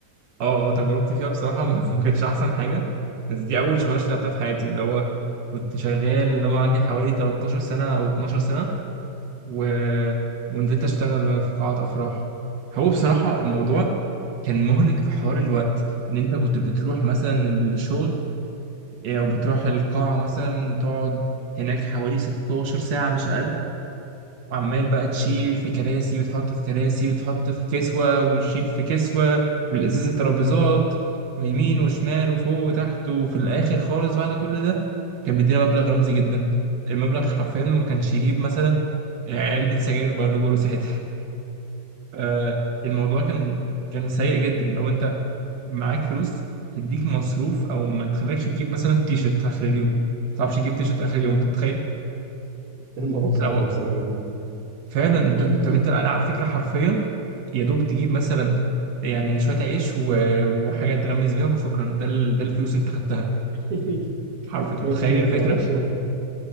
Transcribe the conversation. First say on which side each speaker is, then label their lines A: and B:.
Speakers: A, on the right; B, on the right.
A: اه اه تجربتي فيها بصراحة <laughs> ما كانتش أحسن حاجة بس دي أول شغلانة اشتغلتها في حياتي اللي هو كنت شغال اللي هو عندي حوالي 13 سنة أو 12 سنة و... ونزلت أشتغل في قاعة أفراح هو بصراحة الموضوع كان مهلك في حوار الوقت إن أنت كنت بتروح مثلا الشغل أو بتروح القاعة مثلا تقعد هناك حوالي 16 ساعة مش أقل وعمال بقى
B: <clears throat>
A: تشيل في كراسي وتحط في كراسي وتحط في كسوة وتشيل في كسوة والإزاز الترابيزات ويمين وشمال وفوق وتحت وفي الآخر خالص بعد كل ده كان بيدينا مبلغ رمزي جدا المبلغ حرفيا ما كانش يجيب مثلا علبة سجاير بقى اللي بقوله ساعتها آه، الموضوع كان كان سيء جدا لو أنت معاك فلوس تديك مصروف أو ما تخليكش تجيب مثلا تيشرت آخر اليوم ما تعرفش تجيب تيشرت آخر اليوم أنت متخيل
B: <laughs> الموضوع
A: أنت
B: صعب
A: لو
B: بصراحه جدا
A: فعلا أنت
B: <clears throat>
A: طب أنت على فكرة حرفيا يا دوب تجيب مثلا يعني شوية عيش و... وحاجة تغمس بيها وشكرا ده ال... ده الفلوس اللي انت خدتها
B: <laughs>
A: حرف انت
B: شويه
A: متخيل
B: فول
A: الفكرة
B: كده بعد الشغل